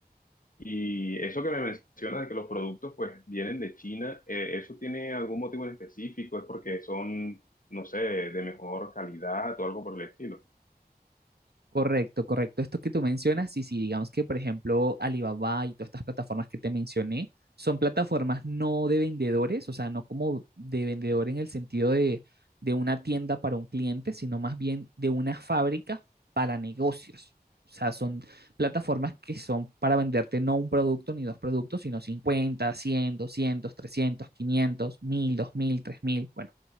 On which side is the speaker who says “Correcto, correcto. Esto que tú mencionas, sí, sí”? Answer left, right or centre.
Right